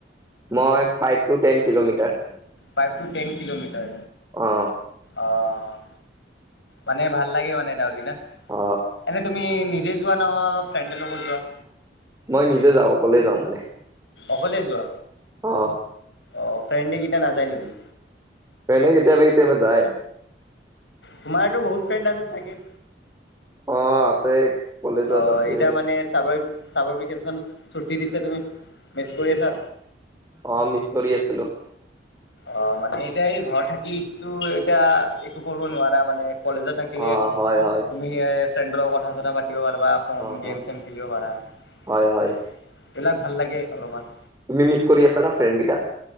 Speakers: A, on the right (about 15°); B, on the left (about 85°).
A: মই five to ten kilometre.
B: Five to ten kilometre.
A: অ
B: অ', মানে ভাল লাগে মানে ডাউৰি ন।
A: অ
B: এনে তুমি নি নিজে যোৱা নহয় ফ্ৰেণ্ডৰ লগত যোৱা?
A: মই নিজে যাওঁ, অকলে যাওঁ মানে।
B: অকলে যোৱা?
A: অহ।
B: অ', ফ্ৰেণ্ডকেইটা নাযায় নেকি?
A: ফ্ৰেণ্ডে কেতিয়াবা কেতিয়াবা যায়।
B: তোমাৰতো বহুত ফ্ৰেণ্ড আছে চাগে।
A: অ', আছে। কলেজত
B: অ',
A: আছে
B: এতিয়া মানে চাগৈ চামভিকেচননত ছুটি দিছে তুমি মিচ কৰি আছা?
A: অ', মিচ কৰি আছিলোঁ।
B: অ', মানে এতিয়া এই ঘৰত থাকিটো এতিয়া একো কৰিব নোৱাৰা মানে। কলেজত থাকিলে
A: অ হয় হয়
B: তুমি ফ্ৰেণ্ডৰ লগত কথা-চথা পাতি খেলব পাৰবা ফোন,
A: অ
B: গেম-চেম খেলিব পাৰা। এইবিলাক
A: হয় হয়
B: ভাল লাগে অলপমান।
A: তুমি মিছ কৰি আছা না ফ্ৰেণ্ড কেইটাক।